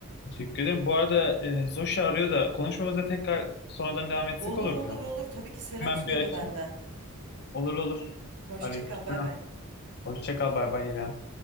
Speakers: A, on the left; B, on the right.
A: Teşekkür ederim. Bu arada e, Zoşi arıyor da konuşmamıza tekrar sonradan devam etsek
B: Olur
A: olur
B: olur
A: mu?
B: olur. Tabii ki selam
A: Hemen
B: söyle
A: bir açayım.
B: benden.
A: Olur olur.
B: Hoşça
A: Aleyküm.
B: kal. Bay bay.
A: Hoşça kal. Bay bay İrem.